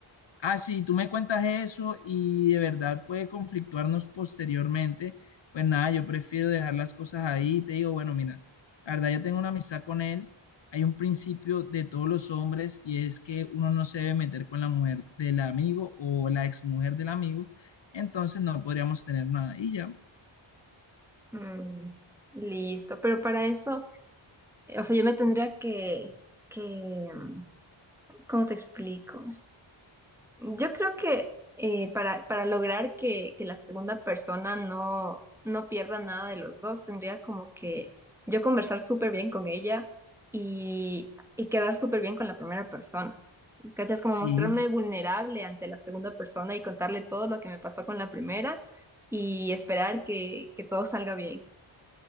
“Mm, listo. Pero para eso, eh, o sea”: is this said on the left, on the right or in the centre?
Centre